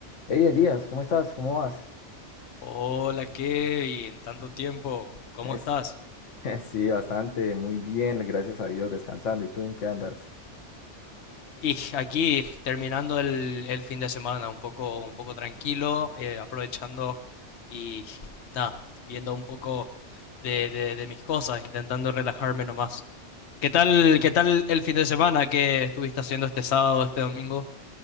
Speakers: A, on the left; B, on the left.
A: Hey Elías, ¿cómo estás? ¿Cómo vas?
B: Hola Kevin, tanto tiempo, ¿cómo
A: Es-
B: estás?
A: <laughs> sí, bastante, muy bien, gracias a Dios, descansando. ¿Y tú en qué andas?
B: Y aquí terminando el, el fin de semana, un poco, un poco tranquilo, eh, aprovechando y nada, viendo un poco de, de- de mis cosas, intentando relajarme nomás. ¿Qué tal, qué tal el fin de semana que estuviste haciendo este sábado, este domingo?